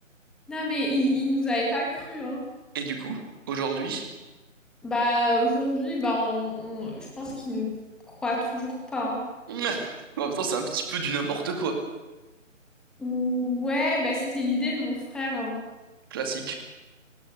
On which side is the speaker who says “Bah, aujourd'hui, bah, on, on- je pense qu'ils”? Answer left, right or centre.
Centre